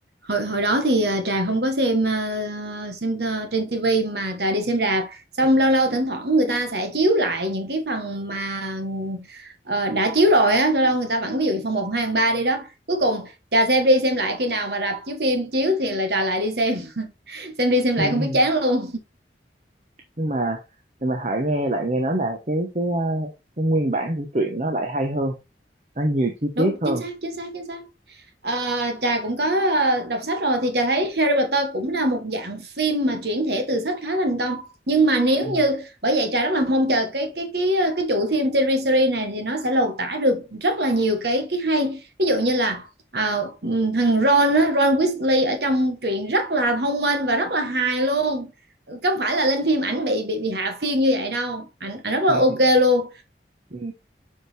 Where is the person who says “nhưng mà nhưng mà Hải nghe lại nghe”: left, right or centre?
Right